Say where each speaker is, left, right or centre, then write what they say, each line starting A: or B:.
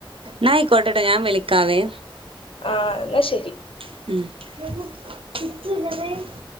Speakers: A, on the right (about 80°); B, on the left (about 80°).
A: നായിക്കോട്ടേട്ടോ ഞാൻ വിളിക്കാവേ.
B: ആ എന്നാ ശരി.
A: ഉം